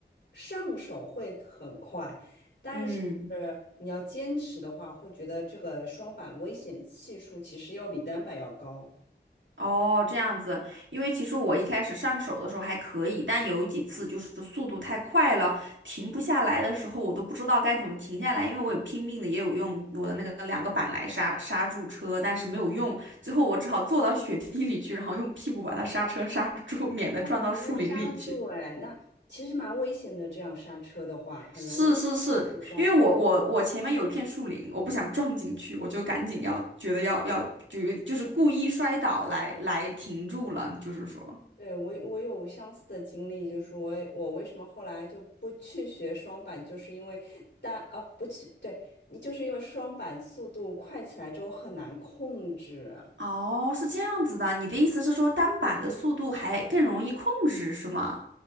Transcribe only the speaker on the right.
嗯。
哦，这样子，因为其实我一开始上手的时候还可以，但有几次就是速度太快了，停不下来的时候，我都不知道该怎么停下来，因为我也拼命的也有用我的那个两个板来刹刹住车，但是没有用，最后我只好坐到雪地里去，然后用屁股把它刹车刹住，免得撞到树林里去。
是是是，因为我我我前面有一片树林，我不想撞进去，我就赶紧要觉得要要就就是故意摔倒来来停住了，就是说。
哦，是这样子的，你的意思是说单板的速度还更容易控制，是吗？